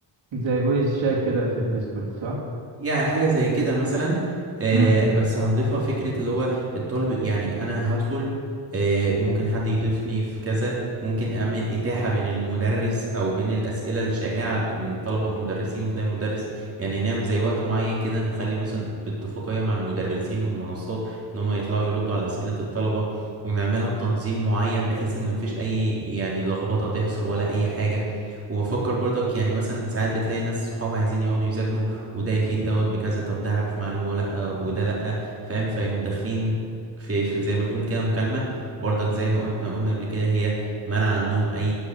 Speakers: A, on the right; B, on the right.
A: زي فويس شات كده في الديسكورد صح
B: يعني حاجة زي كده مثلا آه
A: امم
B: بس هنضيفها فكرة اللي هو الطالب يعني أنا هدخل آه ممكن حد يضيفني في كذا ممكن أعمل إتاحة بين المدرس أو بين الأسئلة الشائعة بين الطلبة والمدرسين وتلاقي مدرس يعني نعمل زي وقت معين كده نخلي مثلا باتفاقية مع المدرسين والمنصات إن هما يطلعوا يردوا على أسئلة الطلبة ونعملها بتنظيم معين بحيث إن مفيش أي يعني لخبطة تحصل ولا أي حاجة وبفكر برضك يعني مثلا ساعات بتلاقي ناس صحاب عايزين يقعدوا يذاكروا وده يفيد دوت بكذا طب ده عارف معلومة ولا لأ وده لأ فاهم فيقوم داخلين في في زي ما تقول كده مكالمة برضك زي ما احنا قلنا قبل كده هي منع عنهم أي